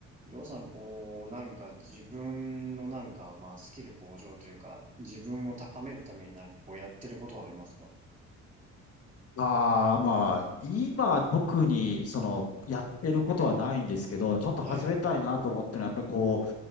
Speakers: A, on the right; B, on the left.
A: りょうさん、こう、なんか自分のなんか、まあ、スキル向上というか、自分を高めるためになんかこうやってることはありますか
B: ああ、まあ、今特にその、やってることはないんですけど、ちょっと始めたいなと思ってるのは、
A: はい。
B: やっぱりこう、